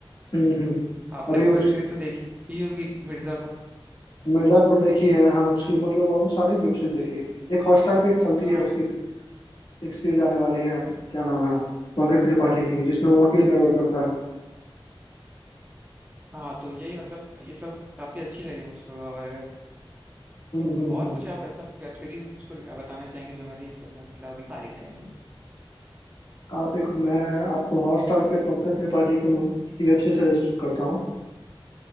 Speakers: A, on the left; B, on the right.
A: हम्म हम्म।
B: आपने
A: अभी
B: वो
A: उस
B: वेब सीरीज तो देखी ही होगी मिर्जापुर
A: मिर्जापुर देखी है हाँ उसकी मतलब ऑलमोस्ट सारी वेब सीरीज
B: उसमें
A: देख ली है एक हॉटस्टार पे एक चलती
B: हाँ
A: है उसकी एक सीरीज आने वाली है क्या नाम है पंकज त्रिपाठी की जिसमें वो वकील का रोल करता है
B: हाँ तो यही मतलब ये सब काफी अच्छी लगी मुझको और
A: हम्म हम्म
B: और
A: हम्म।
B: कुछ आप ऐसा वेब सीरीज मुझको बताना चाहेंगे जो मैं देख सकूं मतलब अभी खाली टाइम में
A: आप एक मैं आपको हॉटस्टार पे पंकज त्रिपाठी के मु- की वेब सीरीज सजेस्ट करता हूँ